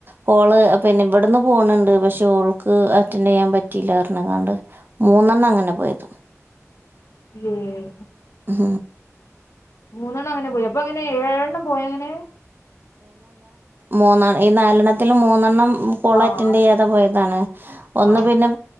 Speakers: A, on the right (about 40°); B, on the left (about 70°).
A: കോള് പിന്നെ വ്ട്ന്ന് പൊ പോനണ് ണ്ട് പക്ഷെ ഓൾക്ക് അറ്റൻഡെയ്യാൻ പറ്റില്ലാർഞ്ഞ്ങ്ങാണ്ട് മൂന്നെണ്ണം അങ്ങനെ പോയത്
B: ഉം
A: ആഹ്
B: മൂന്നെണ്ണം അങ്ങനെ പോയി അപ്പൊ അങ്ങനെ ഏഴെണ്ണം പോയങ്ങനെ
A: മൂന്ന് ഈ നാലണത്തിൽ മൂന്നെണ്ണം സ്കൂൾ
B: ആഹ്
A: അറ്റൻഡ്
B: അങ്ങനെ
A: ചെയ്യാതെ പോയതാണ് ഒന്ന്
B: ആഹ്
A: പിന്നെ